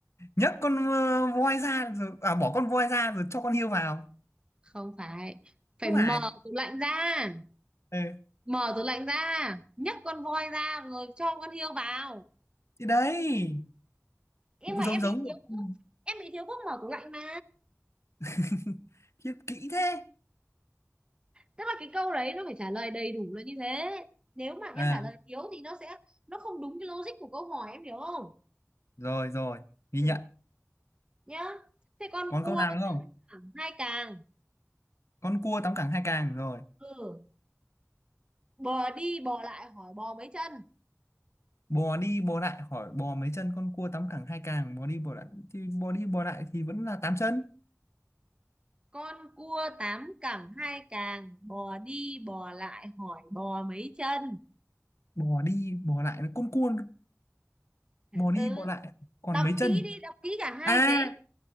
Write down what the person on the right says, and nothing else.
không phải phải
mở
tủ lạnh ra
mở tủ lạnh ra nhấc con voi ra rồi cho con hươu vào
nhưng
mà
em
bị thiếu
thuốc em bị thiếu thuốc mở tủ lạnh mà
tức là cái câu đấy nó phải trả lời đầy đủ là như thế nếu mà
em trả lời thiếu thì nó sẽ nó không đúng cái logic của câu hỏi em hiểu không
ừ.
nhá thế con
cua
thẳng hai càng
ừ. bò đi bò lại hỏi bò mấy chân
con cua tám cẳng hai càng bò đi bò lại hỏi bò mấy chân
ừ
đọc
kỹ đi đọc kỹ cả hai
vế